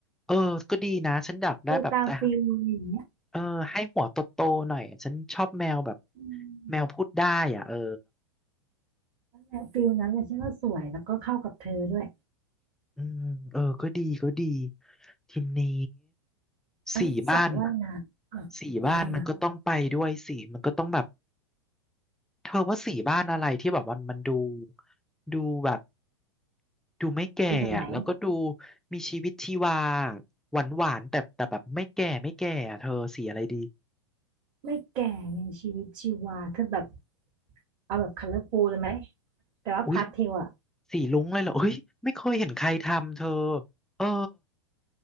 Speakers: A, in the centre; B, on the right.
A: เออก็ดีนะฉันอยากได้แบบแต่
B: ฟิลกาฟิลอะไรอย่างเงี้ย
A: เออให้หัวโตๆหน่อยฉันชอบแมวแบบ
B: อืม
A: แมวพูดได้อ่ะเออ
B: นั่นแหละฟิลนั้นเลยฉันว่าสวยแล้วก็เข้ากับเธอด้วย
A: อืมเออก็ดีก็ดีทีนี้
B: เอ่ะสระว่ายน้ำอ่ะอยู่บ้านมา
A: สีบ้านอะสีบ้านมันก็ต้องไปด้วยสีมันก็ต้องแบบเธอว่าสีบ้านอะไรที่แบบมันมันดูดูแบบดูไม่แก่อะแล้วก็ดู
B: เปแบบไหนอ
A: มีชีวิตชีวาหวานหวานแต่แต่แบบไม่แก่ไม่แก่อะเธอสีอะไรดี
B: ไม่แก่ไงชีวิตชีวาคือแบบเอาแบบค o l o ล f u l ูลเลยไหมแต่ว่าพาสเทลอ่ะ
A: อุ้ยสีลุ้งเลยเหรออุ้ยไม่เคยเห็นใครทำเธอเออ